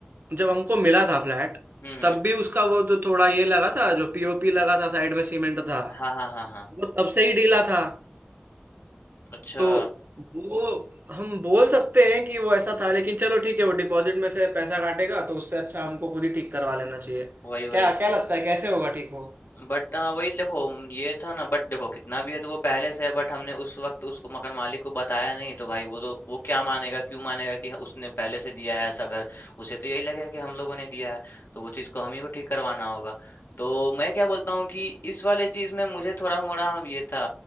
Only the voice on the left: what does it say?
हम्म हम्म
हाँ हाँ हाँ हाँ
अच्छा
वही
वही
बट हाँ वही देखो ये था ना बट देखो कितना भी है तो वो पहले से है बट हमने उस वक्त उसको मकान मालिक को बताया नहीं तो भाई वो तो वो क्या मानेगा क्यों मानेगा कि उसने पहले से दिया है ऐसा घर उसे तो यही लगेगा कि हम लोगों ने दिया है तो वो चीज़ को हम ही को ठीक करवाना होगा तो मैं क्या बोलता हूँ कि इस वाले चीज़ में मुझे थोड़ा मोड़ा ये था